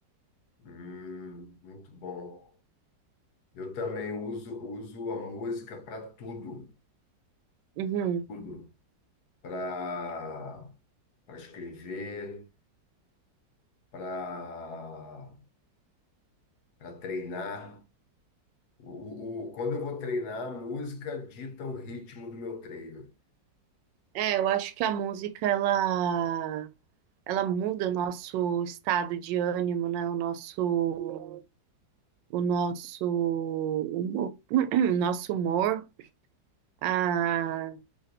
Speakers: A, on the left; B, on the right.
A: Hum, muito bom. Eu também uso uso a música para tudo,
B: Uhum.
A: para tudo, para para escrever, para para treinar. O, o- o- quando eu vou treinar, a música dita o ritmo do meu treino.
B: É, eu acho que a música, ela ela muda o nosso estado de ânimo, né? O nosso, o nosso, humo- <clears throat> o nosso humor. A,